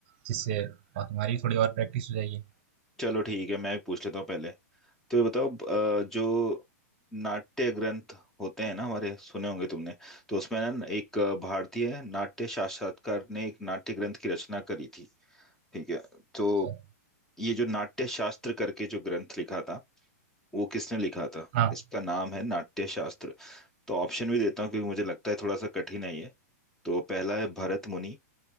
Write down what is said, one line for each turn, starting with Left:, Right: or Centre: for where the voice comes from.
Right: जिससे और तुम्हारी थोड़ी और प्रैक्टिस हो जाएगी
Centre: चलो ठीक है मैं भी पूछ लेता हूँ पहले तो ये बताओ अ, जो नाट्य ग्रंथ होते हैं ना हमारे सुने होंगे तुमने तो उसमें ना एक भारतीय नाट्य साक्षात्कार ने एक नाट्य ग्रंथ की रचना करी थी ठीक है तो
Right: अच्छा
Centre: ये जो नाट्य शास्त्र करके जो ग्रंथ लिखा था वो किसने लिखा था
Right: हाँ
Centre: इसका नाम है नाट्य शास्त्र तो ऑप्शन भी देता हूँ क्योंकि मुझे लगता है थोड़ा सा कठिन है ये तो पहला है भरत मुनि